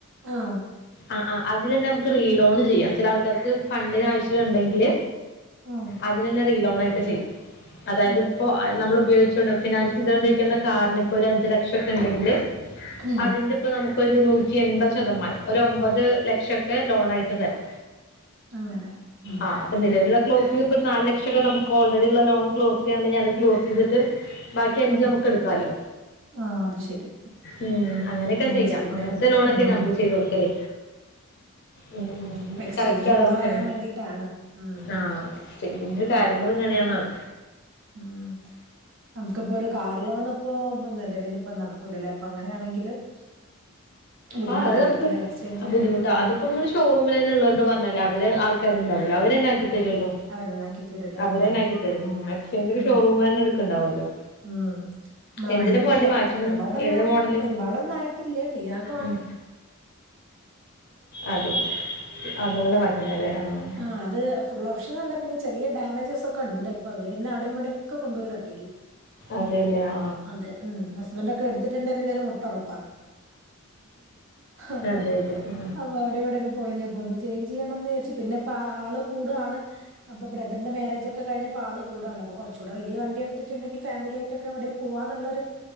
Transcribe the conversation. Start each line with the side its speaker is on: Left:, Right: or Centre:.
Right: ആഹ!
Left: ആഹാ ആഹാ അതിൽ തന്നെ നമുക്ക് റീ ലോൺ ചെയ്യാം, ചില ആൾക്കാർക്ക് ഫണ്ടിന്- ആവശ്യണ്ടെങ്കില്.
Right: ആഹ്
Left: അതില് തന്ന റീലോണായിട്ട് ചെയ്യാം, അതായത്
Right: അങ്ങനെ
Left: ഇപ്പോ നമ്മൾ ഉപയോഗിച്ചൊണ്ട് ഫിനാൻ- ചെയ്തണ്ടിരിക്കുന്ന കാരണം ഇപ്പോ, ഒരു അഞ്ചു ലക്ഷം ഒക്കെ ഉണ്ടെങ്കില്,
Right: ഉം
Left: അതിന്റെപ്പോ നമുക്ക് നൂറ്റി എൺപത്- ശതമാനം, ഒരു ഒമ്പത് ലക്ഷക്കെ ലോണായിട്ട് തരാം.
Right: അങ്ങനെ, ആഹാ!
Left: ആഹ് അപ്പൊ നിലവിലുള്ള ക്ലോസി ഇപ്പ നാല് ലക്ഷക്കെ നമുക്ക് ഓൾറെഡി ഉള്ള- ലോൺ ക്ലോസ് ചെയ്യണ്ട് അത് ക്ലോസ് ചെയ്തിട്ട്. ബാക്കി അഞ്ച്
Right: ആഹ്
Left: നമുക്ക്- എടുക്കാലോ?
Right: ആഹ് അത് ശരി
Left: ഉം, അങ്ങനെയൊക്കെ
Right: അങ്ങനെ
Left: ചെയ്യാം,
Right: ചെയ്യാല്ലേ
Left: അങ്ങനത്തെ ലോണൊക്കെ
Right: ഉം
Left: നമ്മള് ചെയ്ത കൊടുക്കല്. ഉം ഉം,
Right: അപ്പൊ എക്സ്ചേഞ്ചിന്
Left: കറക്റ്റ് അളവെക്കെണോ?
Right: ഉണ്ടോ അറിയാൻ വേണ്ടിട്ടാണ് ഉം
Left: ആഹ! ഇതിന്റെ
Right: ആഹ്
Left: കാര്യങ്ങൾ- ഇങ്ങനെയാന്നാണ്.
Right: ഉം! നമുക്കിപ്പോര് ഒരു കാർ ലോണ് ഇപ്പോ നിലവിലിപ്പ നടക്കൂലല്ലേ? അപ്പോ അങ്ങനെയാണെങ്കില്- <inaudible> ബുദ്ധിമുട്ടായിരിക്കുംല്ലേ
Left: ആഹാ അത് നമക്ക്
Right: എക്സ്ചേഞ്ച്
Left: ബുദ്ധിമുട്ടാ,
Right: ഉം
Left: അതിപ്പ നമ്മള്- ഷോറൂമിൽ തന്നെള്ളോരോട് പറഞ്ഞില്ലേ, അവര് ആൾക്കാരുണ്ടാവല്ലോ, അവര ന്നാക്കിത്തരല്ലോ.
Right: അവരുന്നാക്കി തരുംല്ലേ
Left: അവരന്നെ
Right: ഉം
Left: ആക്കിത്തരും. ഉം എക്സ്ചേഞ്ച്
Right: ഉം
Left: ഷോറൂമാരെന്നെ- എടുക്കണ്ടാവുമല്ലോ.
Right: ഉം, നമ്മളെ
Left: എന്തിനാ
Right: വണ്ടിപ്പോ
Left: ഇപ്പൊ വണ്ടി മാറ്റണ്
Right: അത്ര ഒരുപാടന്നായി,
Left: ഏതാ മോഡല്
Right: ഒരുപാടന്നായി- പില്ലേ പിയാകോണ്.
Left: ഉം അതെ, അതുകൊണ്ട് മാറ്റുന്നത്. ആഹാ!
Right: ആ അത് ഫുൾ ഓപ്ഷൻ അല്ല, പിന്നെ ഡാമേജസ് ഒക്കെ ഉണ്ട്, ഇപ്പ അവരന്നെ അവിടെയും- ഇവിടെയൊക്കെ കൊണ്ടുപോയി- തട്ടിക്കും.
Left: അതെല്ലേ ആ
Right: അതെ, ഉം ഉം, ഹസ്ബൻറ് ഒക്കെ- എടുത്തിട്ടുണ്ടേ പിന്നെ ഒരു മുട്ടറപ്പാ. അപ്പോ,
Left: അതെ അതെ ആ
Right: ആഹാ അവിടെവിടെക്ക- പൊളിഞ്ഞപ്പോന്ന്, ചേഞ്ച്- ചെയ്യണന്ന് വിചാരിച്ച്, പിന്നെപ്പ ആള് കൂടാണ്. അപ്പ ബ്രദറിന്റെ മാരേജക്കെ കഴിഞ്ഞപ്പോ ആള് കൂടണ്, അപ്പോ കുറച്ചൂടെ വലിയ വണ്ടി എടുത്തിട്ടുണ്ടെങ്കിൽ ഫാമിലി- ആയിട്ടക്കെ അവിടെ- പോവാന്നുള്ളരു